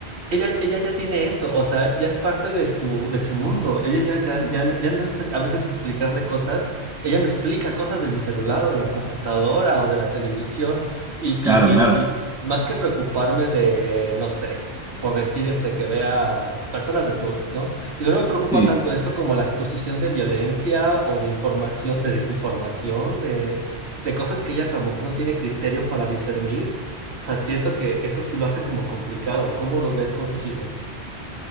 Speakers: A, on the right (about 70°); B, in the centre.
A: Ella, ella ya tiene eso, o sea, ya es parte de su, de su mundo. Ella ya, ya, ya, no- ya no es a veces explicarle cosas. Ella me explica cosas de mi celular o de la computadora o de la televisión. Y,
B: claro,
A: y,
B: claro.
A: y, y más que preocuparme de, no sé, por decir este, que vea personas desnudas, ¿no? Digo, no me preocupa
B: Sí.
A: tanto eso como la exposición de violencia o de información, de desinformación, de, de cosas que ella a lo mejor no tiene criterio para discernir o sea, siento que eso sí lo hace como complicado. ¿Cómo lo ves con tus hijos?